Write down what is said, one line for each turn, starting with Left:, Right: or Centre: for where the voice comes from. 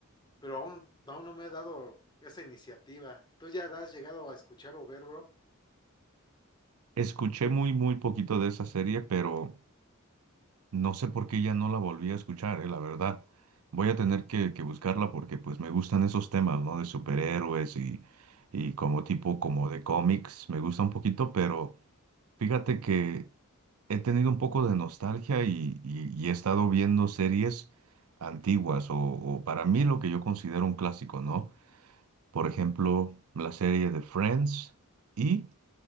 Left: pero aún, aún no me he dado esa iniciativa. ¿Tú ya la has llegado a escuchar o ver, bro?
Right: Escuché muy, muy poquito de esa serie, pero no sé por qué ya no la volví a escuchar, ¿eh? La verdad. Voy a tener que, que buscarla porque pues me gustan esos temas, ¿no? De superhéroes y, y como tipo como de cómics, me gusta un poquito, pero fíjate que he tenido un poco de nostalgia y, y- y he estado viendo series antiguas o, o para mí lo que yo considero un clásico, ¿no? Por ejemplo, la serie de Friends y